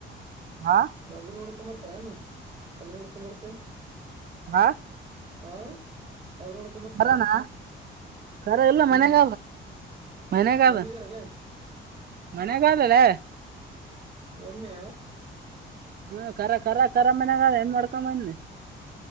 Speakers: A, on the right; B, on the right.
A: ಹಾ <inaudible>
B: ಅದ್ ನೋಡ್ಕೊಂಬರ್ತಾರಾನ ಅದ್ ನೋಡ್ಕೊಂಬರ್ತೆ
A: ಹಾ
B: ಹಾ ಅದ ನೋಡ್
A: ಮರನಾ ಕರ ಇ ಲ್ಲ
B: ಹ್ಮ್
A: ಮನಗ ಮನಗಾದ
B: ಎಮ್ಮಿಗಾರಲ್ಲೇ
A: ಮನೆಾಗದಲ್ಲ
B: ಎಮ್ಮೆ
A: ಹಾ ಕರಖರ ರ ಮನ್ಯಾಗ ಆದ ದನ ಮಾಡ್ಕೊಂಬ ಬಂದಿ